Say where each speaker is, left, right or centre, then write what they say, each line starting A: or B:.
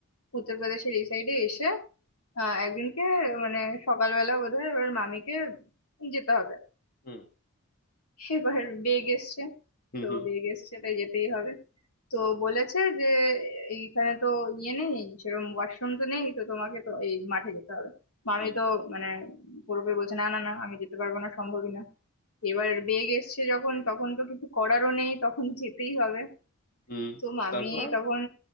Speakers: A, on the left; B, on the left.
A: উত্তরপ্রদেশের এই সাইডে এসে আহ একদিনকে মানে সকালবেলা বোধহয় এবার মামিকে যেতে হবে
B: হুম
A: এবার বেগ এসছে
B: হুম
A: তো
B: হুম
A: বেগ এসছে তাই যেতেই হবে তো বলেছে যে এইখানে তো ইয়ে নেই সেরকম ওয়াশরুম তো নেই তো তোমাকে তো এই মাঠে যেতে হবে মামি
B: হুম।
A: তো মানে পুরোপুরি বলছে না না না আমি যেতে পারবো না সম্ভবই না এবার বেগ এসছে যখন তখন তো কিছু করারও নেই তখন যেতেই হবে
B: হুম
A: তো মামি
B: তারপর
A: তখন